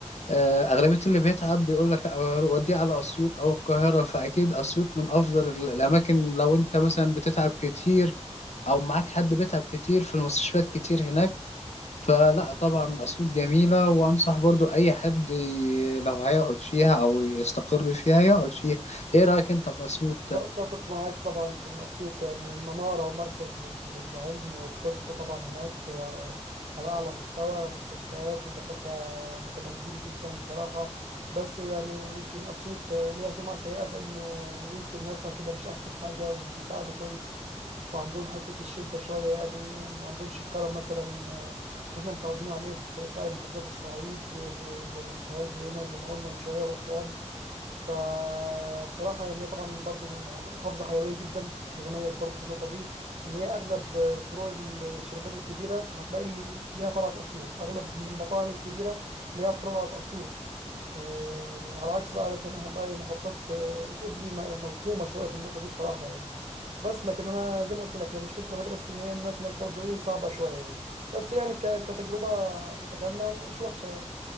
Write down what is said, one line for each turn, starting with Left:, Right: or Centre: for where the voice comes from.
Left: آه، أغلبية اللي بيتعب بيقول لك لا وديه على أسيوط أو القاهرة فأكيد أسيوط من أفضل ال- الأماكن لو أنت مثلا بتتعب كتير أو معاك حد بيتعب كتير في المستشفيات كتير هناك فلا طبعا أسيوط جميلة وأنصح برضو أي حد ي- لو هيقعد فيها أو يستقر فيها يقعد فيها إيه رأيك أنت في أسيوط
Right: أتفق معاك طبعا في إن أسيوط يعني منارة ومركز لل- للعلم والطب طبعا هناك على على أعلى مستوى مستشفيات ودكاترة متميزين جدا بصراحة بس يعني يمكن أسيوط آه، ليها سمعة سيئة في إن آه، يمكن ناسها كده مش أحسن حاجة ومش بيساعدوا كويس وعندهم حتة الشدة شوية يعني ما عندهمش الكرم مثلا آه، اللي إحنا متعودين عليه في باقي محافظات الصعيد آه، في- زي في سوهاج وهنا زي ما قلنا من شوية وأسوان فبصراحة يعني هي طبعا برضو محافظة حيوية جدا بتتميز برضو في النقطة دي إن هي أغلب فروع الشركات الكبيرة هتلاقي ليها فرع في أسيوط أغلب من المطاعم الكبيرة ليها فروع في أسيوط آه، على عكس بقى مثلا باقي محافظات آه، قبلي م- مظلومة شوية في النقطة دي بصراحة يعني بس لكن أنا زي ما قلت لك هي مشكلتي الوحيدة بس إن هي الناس هناك برضو إيه صعبة شوية يعني بس يعني ك- كتجربة متكاملة مش وحشة يعني.